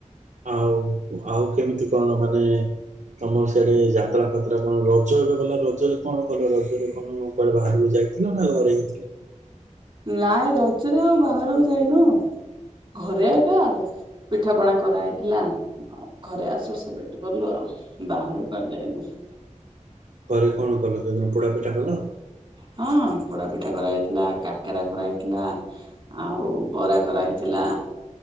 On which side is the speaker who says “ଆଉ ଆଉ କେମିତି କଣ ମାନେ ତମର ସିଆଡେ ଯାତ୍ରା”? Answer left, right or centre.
Right